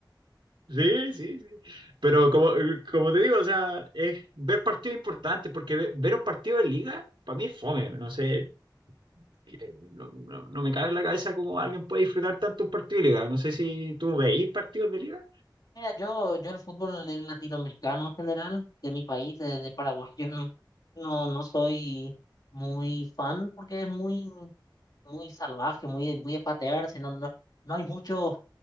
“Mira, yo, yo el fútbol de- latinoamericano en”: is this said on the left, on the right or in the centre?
Left